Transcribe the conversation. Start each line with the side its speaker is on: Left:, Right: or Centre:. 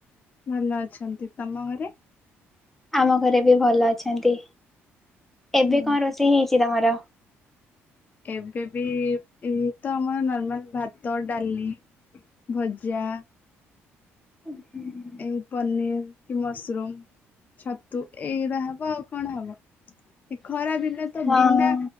Left: ଭଲ ଅଛନ୍ତି। ତମ ଘରେ?
Centre: ଆମ ଘରେ ବି ଭଲ ଅଛନ୍ତି। ଏବେ
Left: ହୁଁ।
Centre: କଣ ରୋଷେଇ ହେଇଛି ତମର?
Left: ଏବେ ବି ଏଇତ ଆମର ନର୍ମାଲ ଭା ତ, ଡାଲି, ଭଜା।
Centre: <inaudible>
Left: ଏ ପନିର କି ମସ୍ରୁମ। ଛତୁ ଏଇଟା ହବ ଆଉ କଣ ହବ ଏ ଖରା ଦିନେ ତ
Centre: ହଁ
Left: ବିନା